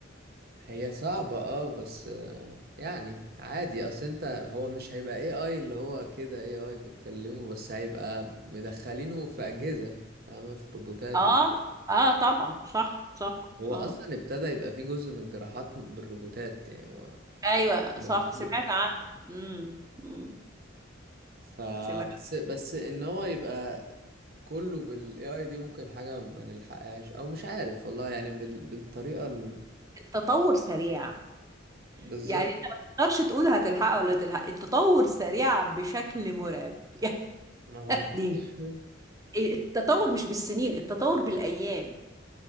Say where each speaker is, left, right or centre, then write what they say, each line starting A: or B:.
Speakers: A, on the right; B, on the right.
A: هي صعبة اه بس آه، يعني عادي اصل انت هو مش هيبقى اي اي اللي هو كده اي اي بتكلمه بس هيبقى مدخلينه في اجهزة فاهمة في روبوتات
B: اه
A: و-
B: اه طبعا صح صح
A: هو
B: اه
A: اصلا ابتدى يبقى فيه جزء من الجراحات بالروبوتات يعني هو
B: ايوه
A: موجود
B: صح سمعت عنها امم أمم،
A: فبس
B: سمعت
A: بس ان هو يبقى كله بالاي اي دي ممكن حاجة ما نلحقهاش او مش عارف والله يعني بال... بالطريقة ال...
B: التطور سريع
A: بالظبط
B: يعني انت ما تقدرش تقول هتلحقها ولا تلحق التطور سريع بشكل مرعب <laughs>
A: ما هو ما
B: يعني
A: <laughs>
B: التطور مش بالسنين التطور بالأيام